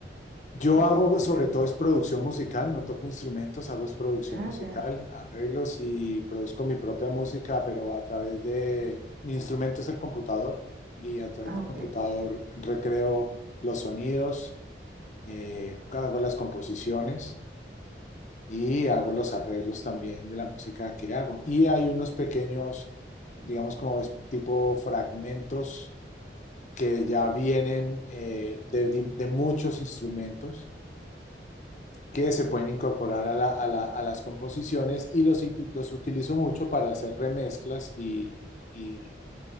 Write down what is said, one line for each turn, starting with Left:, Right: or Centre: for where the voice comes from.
Left: yo
Right: toca
Left: hago
Right: un...
Left: pues,
Right: eh,
Left: sobre todo
Right: mus-
Left: es producción musical, no toco instrumentos, hago es producción
Right: Ah,
Left: musical,
Right: ya.
Left: arreglos y produzco mi propia música, pero a través de mi instrumento es el computador y a través
Right: Ah,
Left: del
Right: ok.
Left: computador recreo los sonidos, eh, hago las composiciones. y hago los arreglos también de la música que hago. Y hay unos pequeños, digamos como es- tipo fragmentos que ya vienen eh, de, de de muchos instrumentos que se pueden incorporar a, la- a la- a las composiciones y los, uti- los utilizo mucho para hacer remezclas y, y,